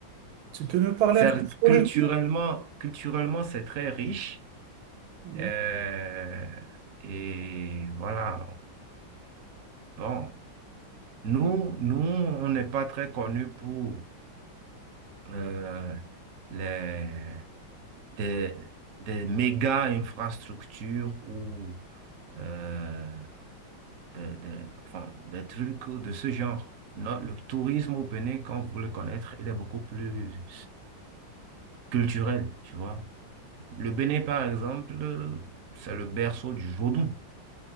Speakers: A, on the right; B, on the right.
A: Tu peux me parler
B: c'est-
A: un peu sur
B: culturellement,
A: le
B: culturellement, c'est très riche.
A: Mhm.
B: Euh, et voilà. Bon, nous, nous, on n'est pas très connus pour euh, les des, des méga infrastructures ou euh, des, des- enfin, des trucs de ce genre. Non, le tourisme au Bénin, quand vous le connaître, il est beaucoup plus culturel, tu vois. Le Bénin, par exemple, c'est le berceau du vaudou.